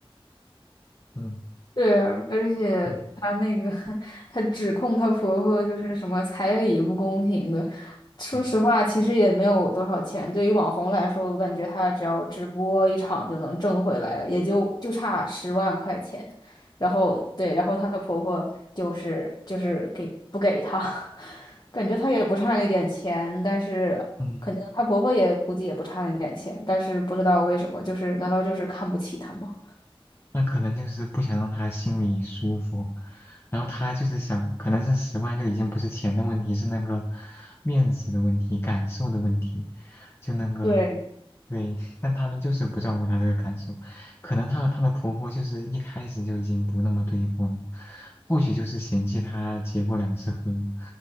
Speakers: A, on the left (about 25°); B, on the left (about 45°).
A: 嗯，
B: 对啊，而且她那个，
A: 对啊
B: <laughs> 她指控她婆婆就是什么彩礼不公平的。
A: 嗯
B: 说实话，其实也没有多少钱。对于网红来说，我感觉她只要直播一场就能挣回来，也就就差十万块钱。然后对，然后她的婆婆就是就是给不给她，<laughs> 感觉她也不差那点钱，但是可能她婆婆也估计也不差那点钱，
A: 嗯。
B: 但是不知道为什么，就是难道就是看不起她吗？
A: 那可能就是不想让他心里舒服，然后他就是想，可能是十万就已经不是钱的问题，是那个面子的问题、感受的问题，就那个
B: 对，
A: 对，<laughs> 但他们就是不照顾他这个感受，可能她和她的婆婆就是一开始就已经不那么对付了，或许就是嫌弃她结过两次婚，